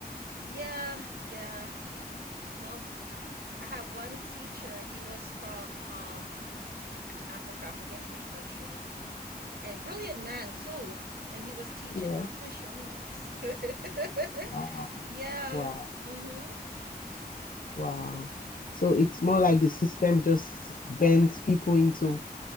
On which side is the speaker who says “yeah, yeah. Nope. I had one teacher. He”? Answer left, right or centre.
Right